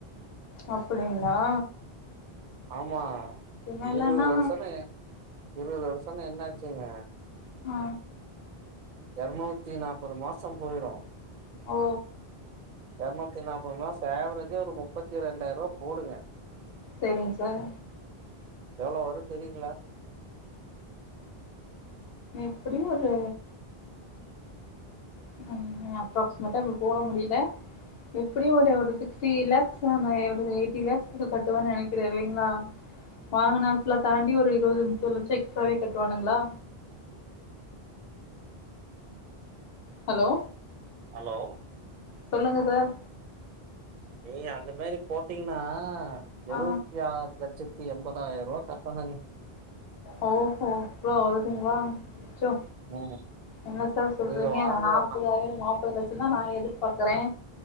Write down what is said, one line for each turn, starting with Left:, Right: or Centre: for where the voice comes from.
Left: அப்படிங்களா
Right: ஆமா
Left: மேலனா
Right: இருவது வருஷன்னா இருவது வருஷன்னா என்னாச்சுங்க
Left: ஆ
Right: எறநூத்தி நாப்பது மாசம் போயிரு
Left: ஓ
Right: இரநூத்தி நாப்பது மாசோ ஆவ்ரேஜா ஒரு முப்பத்தி ரெண்டாயருவா போடுங்க
Left: சேரிங்க சார்
Right: எவ்ளோ வரு தெரியுங்களா
Left: எப்படியு ஒரு ம் ம் அப்ராக்சிமேட்டா இப்ப போட முடியல எப்படியு ஒரு ஒரு சிக்ஸ்டி லேக்ஸ் நா ஒரு எயிட்டி லேக்ஸ்கு கட்டுவேனு நெனைக்கிற இல்லைங்களா வாங்கன அசல தாண்டி ஒரு இருவது முப்பது லட்சோ எக்ஸ்ட்ராவே கட்டுவானுங்களா ஹலோ
Right: ஹலோ
Left: சொல்லுங்க சார்
Right: ஏய் அந்த மாரி போட்டீங்கன்னா எழுவத்தி
Left: ஆ
Right: ஆறு லட்சத் த்தி எம்பதாயருவா கட்டணுங்க
Left: ஓஹோ இவ்ளோ வருதுங்களா அச்சோ
Right: ம்
Left: என்ன சார் சொல்றீங்க
Right: நீங்க வாங்குற
Left: நாப்பதாயிர நாப்பது லட்சந்தா நா எதிர்பாக்குறே